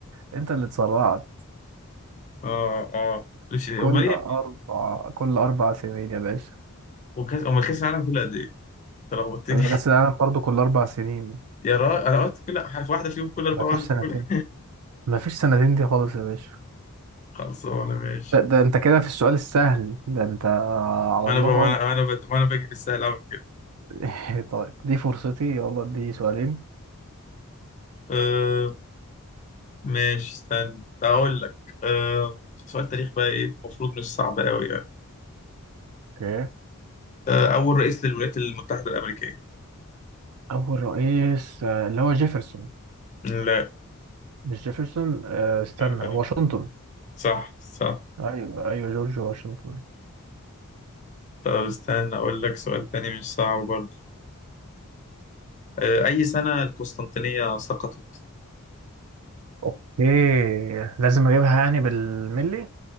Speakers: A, on the right; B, on the left.
A: أنت اللي اتسرعت
B: اه اه مش امال
A: كل أربع
B: ايه
A: كل أربع سنين يا باشا
B: وكاس امال كاس العالم كله قد ايه؟ تلخبطتني <laughs>
A: بس العالم برضو كل أربع سنين
B: يا راجل انا قلت كل واحده فيهم كل اربعه
A: مفيش
B: واحده
A: سنتين
B: في كل
A: مفيش سنتين دي خالص يا باشا
B: <laughs> خلصانه ماشي
A: ده, ده انت كده في السؤال السهل ده انت على
B: ما
A: الله
B: انا ب... ما
A: خالص
B: انا ما انا, ب... ما أنا باجي بالسهل اعمل كده
A: <laughs> طيب دي فرصتي يلا دي سؤالين
B: أه... ماشي استنى اقول لك أه... سؤال تاريخ بقى ايه المفروض مش صعب قوي يعني
A: اوكي
B: أه... اول رئيس للولايات المتحدة الامريكية
A: اول رئيس آه، اللي هو جيفرسون
B: لا
A: مش جيفرسون آه، استنى
B: أه...
A: واشنطن
B: صح صح
A: ايوه ايوه جورج واشنطن
B: طب استنى اقول لك سؤال تاني مش صعب برضه أه... اي سنة القسطنطينية سقطت
A: اوكي لازم اجيبها يعني بالملي